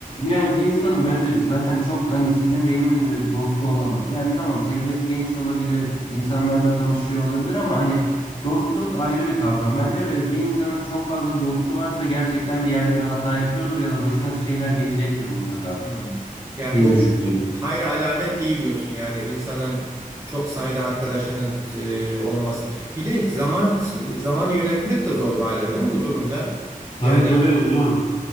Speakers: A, on the left (about 35°); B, on the right (about 20°).
A: yani bir insanın bence zaten çok hani sizin deyiminizle dostu olamaz. Yani tamam çevresi geniş olabilir, insanlarla tanışıyor olabilir ama hani dostluk ayrı bir kavram bence ve bir insanın çok fazla dostu varsa gerçekten bir yerde bir hata yapıyordur ya da başına bir şeyler gelecektir mutlaka.
B: Hmm. Yani
A: diye
B: bu
A: düşünüyorum.
B: hayra alamet değil diyorsun yani insanın çok sayıda arkadaşının e, olması. Bir de zaman zamanı yönetmek de zor galiba değil mi bu durumda?
A: Tabii
B: Yani
A: tabii hocam.